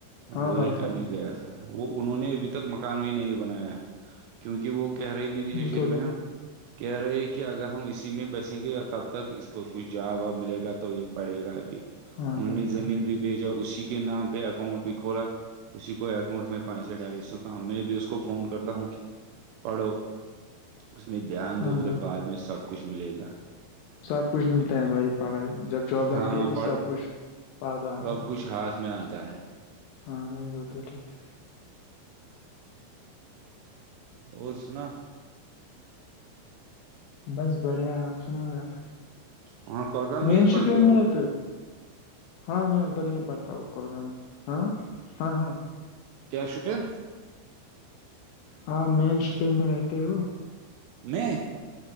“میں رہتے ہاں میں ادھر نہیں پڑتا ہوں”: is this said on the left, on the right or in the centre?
Left